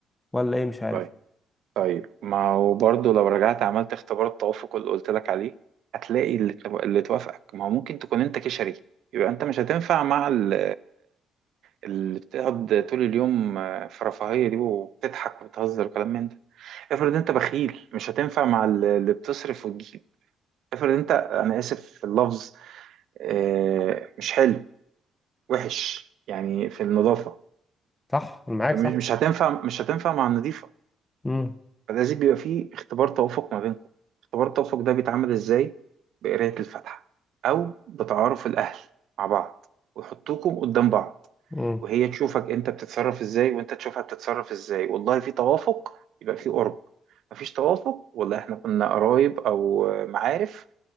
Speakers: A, on the left (about 15°); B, on the right (about 70°).
A: ولا ايه مش عارف
B: طيب طيب ما هو برضه لو رجعت عملت اختبار التوافق اللي قلت لك عليه هتلاقي اللي تو- اللي توافقك ما هو ممكن تكون انت كشري يبقى انت مش هتنفع مع ال- اللي بتقعد طول اليوم في رفاهية دي وبتضحك وبتهزر وكلام من ده افرض انت بخيل مش هتنفع مع ال- اللي بتصرف وتجيب افرض انت انا اسف في اللفظ آه، مش حلو وحش يعني في النظافة
A: صح انا معاك
B: مش
A: صح
B: مش هتنفع مش هتنفع مع النظيفة
A: امم
B: فلازم بيبقى فيه اختبار توافق ما بينكم اختبار التوافق ده بيتعمل ازاي بقراية الفاتحة أو بتعارف الأهل مع بعض ويحطوكم قدام بعض
A: امم
B: وهي تشوفك أنت بتتصرف ازاي وأنت تشوفها بتتصرف ازاي والله في توافق يبقى في قرب مفيش توافق والله احنا كنا قرايب أو معارف